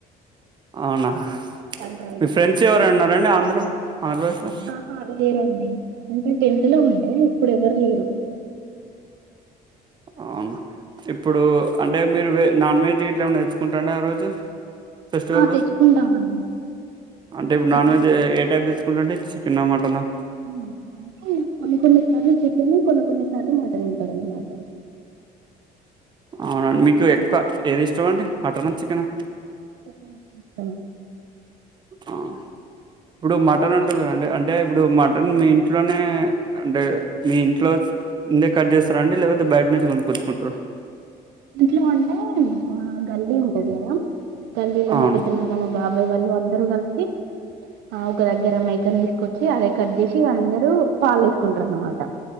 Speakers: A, on the right; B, on the right.
A: అవునా
B: సంక్రాంతికి
A: మీ ఫ్రెండ్స్ ఎవర అన్నారంండి ఆంధ్రా ఆంధ్రులు ర
B: ఆహా లేరండి అంటే టెన్త్ లో ఉండే ఇప్పుడు ఎవరు లేరు
A: అవును ఇప్పుడు అంటే మీరు వె నాన్ వెజ్ ఇట్లా ఏమనా తేచ్చుకుంటారండి ఆ రోజు ఫెస్టివల్
B: ఆ తెచ్చుకుంటామండి
A: అంటే ఇప్పుడు
B: చికెన్
A: నాన్ వెజ్ ఏ టైప్ తీస్ అంటే చికెన్ ఆ మటనా
B: హ్మ అంటే కొన్ని కొన్ని సార్లు చెను కొన్ని కొన్ని సార్లు మాటను ఉంటాదన్నమాట
A: అవునండి మీకు ఎక్కువ ఏది ఇష్టం అండి మటన్ అ చికెన్
B: <inaudible>
A: ఆ ఇప్పుడు మటన్ అంటారు కదండి అంటే ఇప్పుడు మటన్ మీ ఇంట్లోనే అంటే మీ ఇంట్లో ఉందే కట్ చేస్తారా అండి లేకపోతే బయట నుంచి కొన్ని కూర్చుకుంటార
B: ఇంట్లో అంటే ఆ గల్లీ ఉంటది కదా తల్లీలో
A: అవును
B: మా పిద్దన వాళ్ళ మా బాబాయ్ వాళ్ళు అందరుూ కలిసి ఆ ఒక దగ్గర మేకను తీస్ కొచ్చి అదే కట్ చేసి ఇ అందరరు పాలు వేసుకుంటారున్నమాట